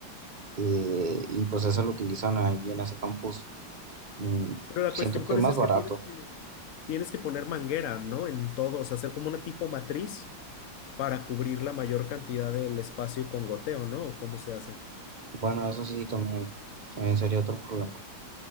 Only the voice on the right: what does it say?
eh, y pues ese lo utilizan ahí en ese campus. Mm,
siento
que
es
más
barato.
Bueno, eso sí, también, también sería otro problema.